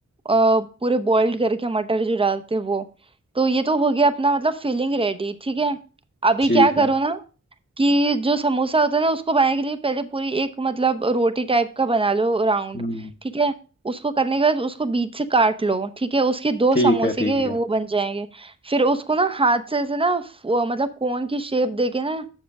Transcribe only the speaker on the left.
ठीक
है
हम्म
ठीक
है ठीक
है